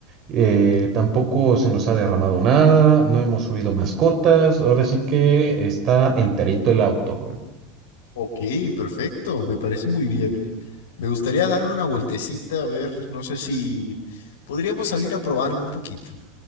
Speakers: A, on the right (about 40°); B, on the left (about 65°).
A: Eh, tampoco se nos ha derramado nada, no hemos subido mascotas, ahora sí que está enterito el auto, joven.
B: Ok, perfecto. Me parece muy bien. Me gustaría darle una vueltecita, a ver, no sé si podríamos salir a probarlo un poquito.